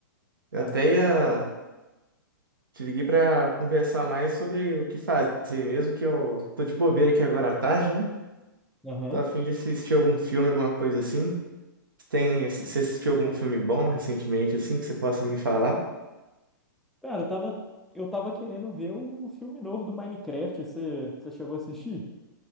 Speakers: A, on the right; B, in the centre.
A: Eu
B: Ah,
A: até
B: então tá
A: ia.
B: bom, mano.
A: Te liguei pra conversar mais sobre o que fazer mesmo, que eu tô de bobeira aqui agora à tarde, né?
B: Aham.
A: Tô a fim de assistir algum filme, alguma coisa assim. Você Tem... Você assistiu algum filme bom recentemente, assim, que você possa me falar?
B: Cara, eu tava... eu tava querendo ver o filme novo do Minecraft. Você, você chegou a assistir?